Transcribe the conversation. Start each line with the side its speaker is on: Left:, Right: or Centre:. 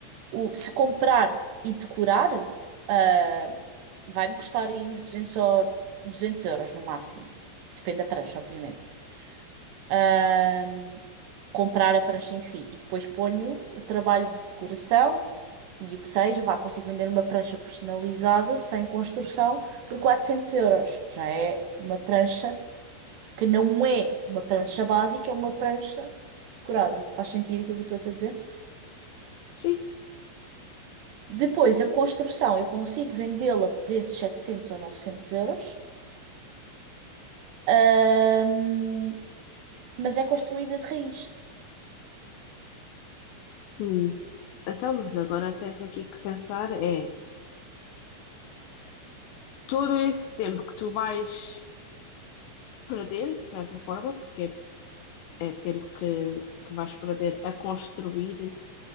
Right: o- se comprar e decorar, ah, vai-me custar aí uns 200 ou 200 euros no máximo. Depende da prancha, obviamente. Ah, comprar a prancha em si e depois ponho o trabalho de decoração e o que seja, vá, consigo vender uma prancha personalizada, sem construção, por 400 euros. Já é uma prancha que não é uma prancha básica, é uma prancha decorada. Faz sentido aquilo que eu estou a dizer?
Left: sim.
Right: Depois, a construção, eu consigo vendê-la a preços 700 ou 900 euros, ahm, mas é construída de raiz.
Left: Hum. Então, mas agora tens aqui que pensar é todo esse tempo que tu vais perder, de certa forma, porque é, é tempo que, que vais perder a construir,